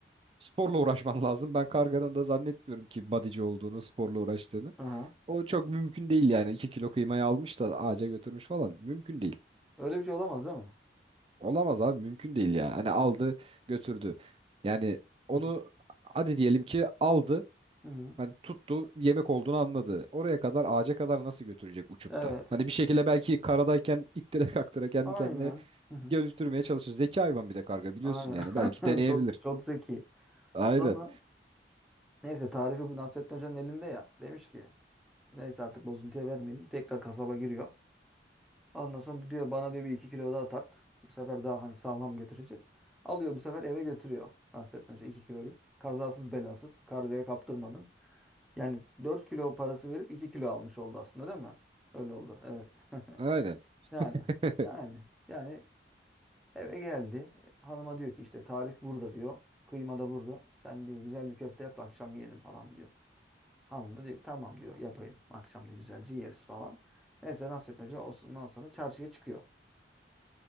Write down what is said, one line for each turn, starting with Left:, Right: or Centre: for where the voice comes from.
Right: sporla uğraşman lazım. Ben karganın da zannetmiyorum ki bodyci olduğunu, sporla uğraştığını.
Centre: Aha.
Right: O çok mümkün değil yani. 2 kilo kıymayı almış da ağaca götürmüş falan. Mümkün değil.
Centre: Öyle bir şey olamaz değil mi?
Right: Olamaz abi mümkün değil ya. Hani
Centre: Evet.
Right: aldı götürdü. Yani onu
Centre: Hı hı.
Right: hadi diyelim ki aldı.
Centre: Hı hı.
Right: Hani tuttu yemek olduğunu anladı. Oraya kadar ağaca kadar nasıl götürecek uçup
Centre: Evet.
Right: da? Hani bir şekilde belki karadayken ittire kaktıra kendi
Centre: Aynen.
Right: kendine
Centre: Hı hı.
Right: geliştirmeye çalışır. Zeki hayvan bir de karga biliyorsun
Centre: Aynen.
Right: yani. Belki deneyebilir.
Centre: <laughs> Çok çok zeki.
Right: Aynen.
Centre: Sonra neyse tarifi bu Nasrettin Hoca'nın elinde ya. Demiş ki Neyse artık bozuntuya vermeyelim. Tekrar kasaba giriyor. Ondan sonra diyor bana diyor bir iki kilo daha tart. Bu sefer daha hani sağlam götürecek. Alıyor bu sefer eve götürüyor. Nasrettin Hoca 2 kiloyu. Kazasız belasız kargaya kaptırmadan. Yani 4 kilo parası verip 2 kilo almış oldu aslında değil mi? Öyle oldu evet. <laughs>
Right: Aynen.
Centre: Yani
Right: <laughs>
Centre: yani yani eve geldi. Hanıma diyor ki işte tarif burada diyor. Kıyma da burada. Sen diyor güzel bir köfte yap da akşam yiyelim falan diyor. Hanım da diyor ki tamam diyor yapayım. Akşam diyor güzelce yeriz falan. Neyse nasıl Hoca ondan sonra çarşıya çıkıyor.